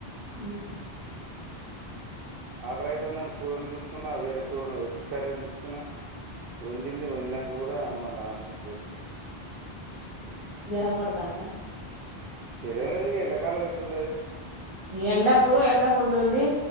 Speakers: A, on the right (about 30°); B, on the right (about 70°).
A: అ
B: ఆకలైత దాని కూర అనిపించుకున్న వేరే కూరను ఎగ్స్ కర్రీ అండిపించుకున్న. వండింది వండినంక కూడా. మళ్ళ ఆకలయితది.
A: జ్వరం కోడ్తదాందా.
B: జ్వరం లేదు ఇగ ఎండాకాలం ఎట్ల ఉంటది.
A: ఎండకు ఎండడాక్కు ఉండ ఉండి